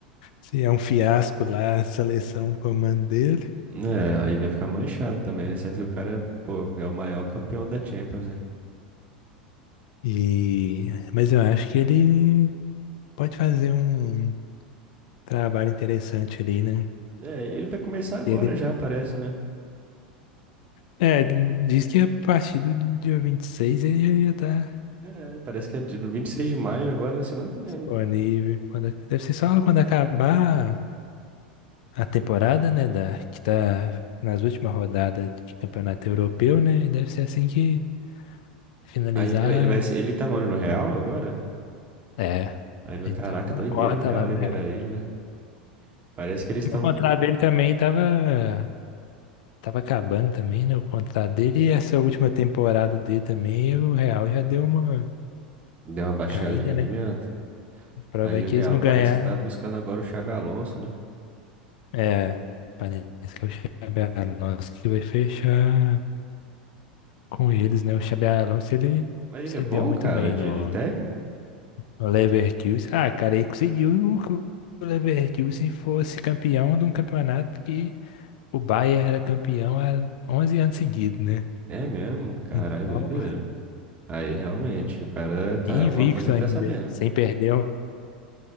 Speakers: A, on the left; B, on the right.
A: Se é um fiasco lá a seleção do comando dele.
B: É, aí vai ficar manchado também, né? Sendo que o cara, pô, é o maior campeão da Champions, né?
A: E... Mas eu acho que ele pode fazer um trabalho interessante ali, né?
B: É, ele vai começar agora
A: E Ele...
B: já, parece, né?
A: É, diz que a partir do dia 26 ele já tá
B: É, parece que é de- do 26 de maio agora, na semana que vem,
A: disponível.
B: né?
A: Quando... Deve ser só quando acabar a temporada, né? Da... Que tá nas últimas rodadas de campeonato europeu, né? E deve ser assim que finalizar.
B: Aí ele, ele vai, ser- ele tava onde, no Real agora?
A: É,
B: Aí ele vai,
A: então
B: caraca,
A: uma
B: doideira
A: cota
B: o Real
A: lá
B: liberar
A: no Real.
B: ele, né? Parece que eles estão.
A: O contrato dele também tava Tava acabando também, né, o contrato dele e essa última temporada dele também, o Real já deu uma
B: Deu uma baixada
A: caída,
B: de rendimento.
A: né? Provavelmente
B: Aí o Real
A: eles não
B: parece
A: ganharam.
B: que tá buscando agora o Xabi Alonso, né?
A: É, parece que é o Xabi Alonso que vai fechar com eles, né? O Xabi Alonso, ele
B: Mas ele
A: se
B: é bom,
A: deu muito
B: cara,
A: bem
B: de,
A: no,
B: de técnico?
A: no Leverkusen. Ah, cara, ele conseguiu que o Leverkusen fosse campeão de um campeonato que o Bayern era campeão há 11 anos seguidos, né?
B: É mesmo, caralho,
A: Então,
B: doideira. Aí realmente, o cara tá.
A: e invicto
B: Alguma coisa ele
A: ainda,
B: tá sabendo.
A: sem perder um